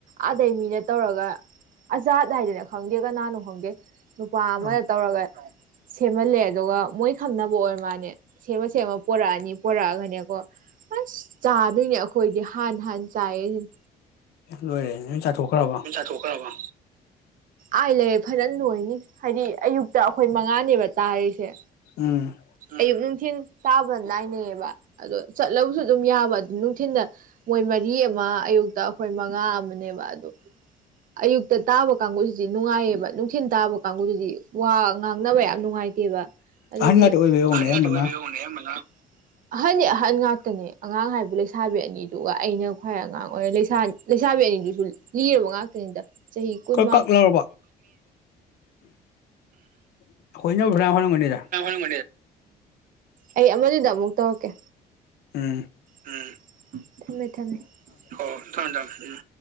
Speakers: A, on the right (about 55°); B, on the left (about 70°).
A: ꯑꯥꯗꯩ ꯃꯤꯅ ꯇꯧꯔꯒ ꯑꯖꯥꯠ ꯍꯥꯏꯗꯅ ꯈꯪꯗꯦ ꯀꯅꯥꯅꯣ ꯈꯪꯗꯦ ꯅꯨꯄꯥ ꯑꯃꯗ
B: ꯑꯧ
A: ꯇꯧꯔꯒ ꯁꯦꯝꯍꯜꯂꯦ ꯑꯗꯨꯒ ꯃꯣꯏ ꯈꯪꯅꯕ ꯑꯣꯏ ꯃꯥꯅꯦ ꯁꯦꯝꯃ ꯁꯦꯝꯃ ꯄꯣꯔꯛꯑꯅꯤ ꯄꯣꯔꯛꯑꯒꯅꯦꯀꯣ ꯑꯁ ꯆꯥꯗꯣꯏꯅꯦ ꯑꯩꯈꯣꯏꯗꯤ ꯍꯥꯟ ꯍꯥꯟꯅ ꯆꯥꯏꯌꯦꯁꯤ
B: ꯂꯣꯏꯔꯦ ꯅꯪ ꯆꯥꯊꯣꯛꯈ꯭ꯔꯕ
A: ꯊꯣꯛꯈ꯭ꯔꯕ ꯑꯥꯏ ꯂꯩꯔꯦ ꯐꯖꯅ ꯂꯣꯏꯅꯤ ꯍꯥꯏꯗꯤ ꯑꯌꯨꯛꯇ ꯑꯩꯈꯣꯏ ꯃꯉꯥꯅꯦꯕ ꯇꯥꯔꯤꯁꯦ
B: ꯎꯝ
A: ꯑꯌꯨꯛ ꯅꯨꯡꯊꯤꯜ ꯇꯥꯕ ꯅꯥꯏꯅꯩꯕ ꯑꯗꯣ ꯆꯠꯂꯕꯁꯨ ꯑꯗꯨꯝ ꯌꯥꯕ ꯑꯗꯨ ꯅꯨꯡꯊꯤꯜꯗ ꯃꯣꯏ ꯃꯔꯤ ꯑꯃ ꯑꯌꯨꯛꯇ ꯑꯩꯈꯣꯏ ꯃꯉꯥ ꯑꯃꯅꯦꯕ ꯑꯗꯨꯗ ꯑꯌꯨꯛꯇ ꯇꯥꯕ ꯀꯥꯡꯕꯨꯁꯤ ꯅꯨꯡꯉꯥꯏꯌꯦꯕ ꯅꯨꯡꯊꯤꯟ ꯇꯥꯕ ꯀꯥꯡꯕꯨꯗꯨꯗꯤ ꯋꯥ ꯉꯥꯡꯅꯕ ꯌꯥꯝ ꯅꯨꯡꯉꯥꯏꯇꯦꯕ ꯑꯗꯨꯒꯤ
B: ꯑꯍꯟ ꯉꯥꯛꯇ ꯑꯣꯏꯕꯩ ꯑꯣꯏꯔꯝꯒꯅꯤ
A: ꯑꯍꯜꯉꯥꯛꯇ
B: ꯑꯌꯥꯝꯕꯅ
A: ꯑꯣꯏꯕꯩ ꯑꯣꯏꯅꯤ ꯑꯌꯥꯝꯕꯅ ꯑꯍꯟꯅꯤ ꯑꯍꯟ ꯉꯥꯛꯇꯅꯦ ꯑꯉꯥꯡ ꯍꯥꯏꯕꯨ ꯂꯩꯁꯥꯕꯤ ꯑꯅꯤꯗꯨꯒ ꯑꯩꯅ ꯈ꯭ꯋꯥꯏ ꯑꯉꯥꯡ ꯑꯣꯏꯔ ꯂꯩꯁꯥꯅꯤ ꯂꯩꯁꯥꯕꯤ ꯑꯅꯤꯗꯨꯁꯨ ꯂꯤꯔꯕ ꯉꯥꯛꯇꯅꯤꯗ ꯆꯍꯤ ꯀꯨꯟꯃꯥ
B: ꯀꯛ ꯀꯛ ꯂꯥꯎꯔꯕ ꯑꯩꯈꯣꯏꯅꯕꯨ ꯐꯅꯌꯥꯝ ꯍꯜꯂꯝꯒꯅꯤꯗ
A: <unintelligible> ꯎꯝ ꯑꯩ ꯑꯃꯗꯨꯗ ꯑꯃꯨꯛ ꯇꯧꯔꯛꯀꯦ
B: ꯎꯝ
A: ꯎꯝ ꯊꯝꯃꯦ ꯊꯝꯃꯦ ꯍꯣꯏ ꯊꯝꯃꯦ ꯊꯝꯃꯦ ꯎꯝ